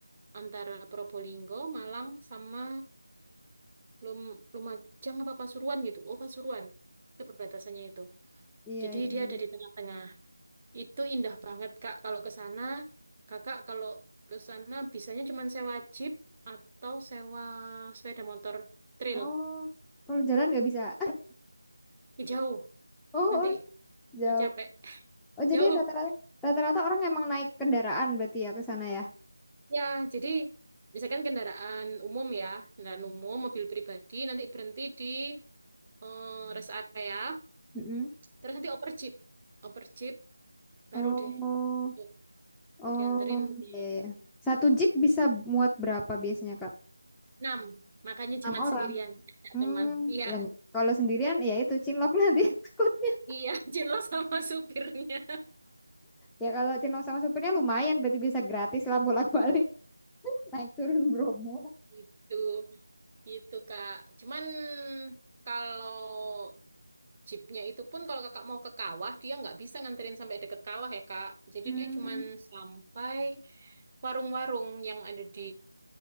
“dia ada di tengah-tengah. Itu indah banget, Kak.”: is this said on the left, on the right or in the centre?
Right